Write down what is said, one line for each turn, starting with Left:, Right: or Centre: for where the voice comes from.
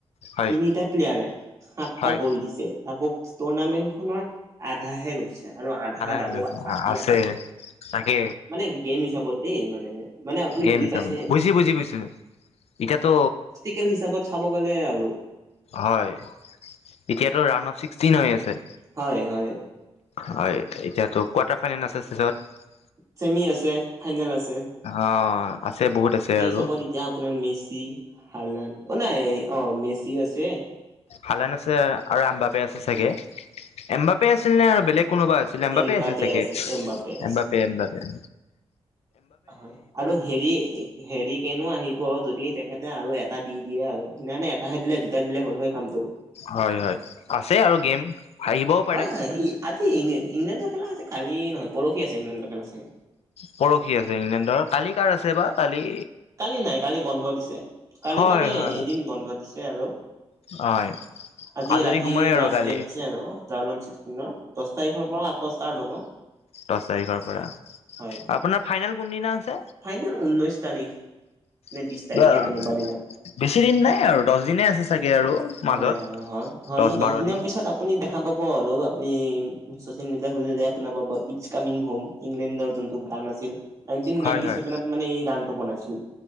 Left: হয়
Right: তিনিটা প্লেয়াৰে সাতটা
Left: হয়
Right: গ'ল দিছে। তাকো টুৰ্নামেণ্ট খনৰ আধাহে গৈছে। আৰু আধা যাব
Left: হৈ গৈছে
Right: বাকী
Left: আছে
Right: আছেই।
Left: তাকে
Right: মানে গেম হিচাপত দেই মানে মানে আপুনি
Left: গেম
Right: বুজি
Left: হিচাপ
Right: পাইছে?
Left: বুজি বুজি পাইছো এতিয়াতো
Right: কেল হিচাপত চাব গ'লে আৰু
Left: হয়, এতিয়াতো ৰাওনা ছিক্সটিন হৈ আছে।
Right: হয় হয়।
Left: হয় এতিয়াতো, কোৱাৰ্টাৰ ফাইনেল আছে চিছত।
Right: চেমি আছে, ফাইনেল আছে।
Left: অ আছে বহুত আছে
Right: সেই
Left: আৰু
Right: হিচাবত এতিয়া আপোনাৰ মেচি হালান অঁ নাই অঁ মেচি আছে।
Left: হালান আছে আৰু আম্বাপে আছে চাগে। এম্বাপে আছিল নে আৰু বেলেগ কোনোবা আ ছিল আম্বাপেই
Right: এমবাপে
Left: আছিল চাকে
Right: আছে এমবাপে আছে
Left: আম্বাপে আম্বাপে
Right: হয় আৰু হেৰি এ হেৰিক কেনো আহিব, যদি তেখেতে আৰু এটা দি দিয়ে আৰু সেনানি এটাহে দিলে দুটা দিলে হ'ল হয় কামটো।
Left: হয় হয় আছেই আৰু গেম। আহিবও পাৰে
Right: হয় হয় ই, আজি ইং ইংলেণ্ডৰ খেলা আছে কালি নহয় পৰখি আছে ইংলেণ্ডৰ খেলা চাগে।
Left: পৰখি আছে ইংলেণ্ডৰ। কালি কাৰ আছে বা কালি
Right: কালি নাই কালি বন্ধ দিছে, কালি
Left: হয়
Right: মানে
Left: হয়
Right: এদিন বন্ধ দিছে আৰু
Left: হয়
Right: আজি
Left: আজৰি
Right: ৰাতি
Left: সময়ে আৰু
Right: লাষ্ট
Left: কালি
Right: গেম আছে আৰু ৰামলম চিক্সটিনৰ। দচ তাৰিখৰ পৰা আকৌ ষ্টাৰ্ট হ'ব।
Left: দহ তাৰিখৰ পৰা
Right: হয়।
Left: আপোনাৰ ফাইনেল কোনদিনা আছে?
Right: ফাইনেল ঊনৈশ তাৰিখ। নে
Left: <unintelligible>
Right: বিশ তাৰিখে কোনোবা দিনা।
Left: বেছি দিন নাই আৰু দচ দিনে আছে চাগে আৰু। মাজত
Right: হয় হয় হয় হয়।
Left: দহ
Right: দচ
Left: বাৰ
Right: দিনৰ
Left: দিন
Right: পিছ আ পুনি দেখা পাব, আৰু আপুনি চচিয়েল মিডিয়া খুলিলে শুনা পাব ইটচ কামিং হুম। ইংলেণ্ডৰ যোনটো গান আছিল। নাইনটিন
Left: হয়
Right: নাইনটি
Left: হয়
Right: চছেভেনত মানে এই গানটো বনাইছিল।